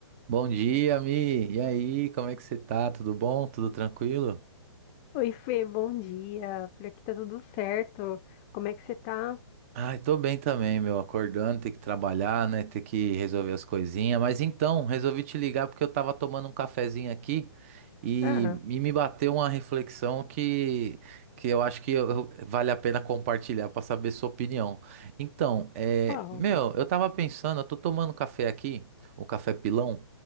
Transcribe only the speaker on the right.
Bom dia, Mi. E aí, como é que você tá? Tudo bom? Tudo tranquilo?
Ai, tô bem também, meu. Acordando, ter que trabalhar, né? Ter que resolver as coisinhas. Mas então, resolvi te ligar porque eu tava tomando um cafezinho aqui e,
e me bateu uma reflexão que, que eu acho que eu- vale a pena compartilhar pra saber sua opinião. Então, é,
meu, eu tava pensando, eu tô tomando café aqui, o café pilão,